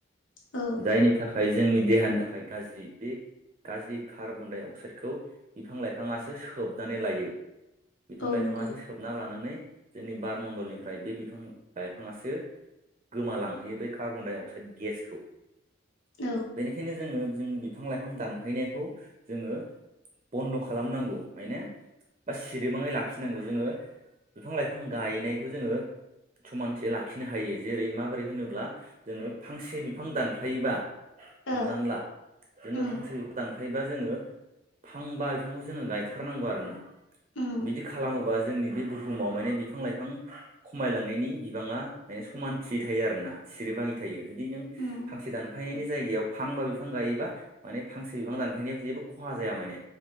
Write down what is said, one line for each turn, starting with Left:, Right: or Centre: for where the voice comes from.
Left: औ
Right: जायनि थाखाय जोंनि देहानि थाखाय गाज्रि बे गाज्रि कार्बन डाइ अक्साइडखौ बिफां लाइफाङासो सोबनानै लायो बिफां
Left: औ
Right: लाइफाङासो
Left: नंगौ
Right: सोबना लानानै जोंनि बारमण्डलनिफ्राय बे बिफां लाइफाङासो गोमालांहोयो बे कार्बन डाइ अक्साइड गेसखौ
Left: औ
Right: बेनिखायनो जोङो जों बिफां लाइफां दानफायनायखौ जोङो बन्द' खालामनांगौ माने बा सिरिबाङै लाखिनांगौ जोङो बिफां लाइफां गायनायखौ जोङो समानथि लाखिनो हायो जेरै माबोरै होनोब्ला जोङो फांसे बिफां दानफ्लायोबा हमनानै
Left: ओ
Right: ला जोङो
Left: उम
Right: फांसे बिफां दानफायोबा जोङो फांबा बिफांखौ जोङो गायथारनांगौ आरोना
Left: उम
Right: बिदि खालामोबा जोंनि बे बुहुमाव माने बिफां लाइफां खमायलांनायनि बिबाङा माने समान थि थायो आरो ना सिरिबाङै थायो जुदि नों
Left: उम
Right: फांसे दानफायनायनि जायगायाव फांबा बिफां गायोबा माने फांसे बिफां दानफायनायाव जेबो खहा जाया माने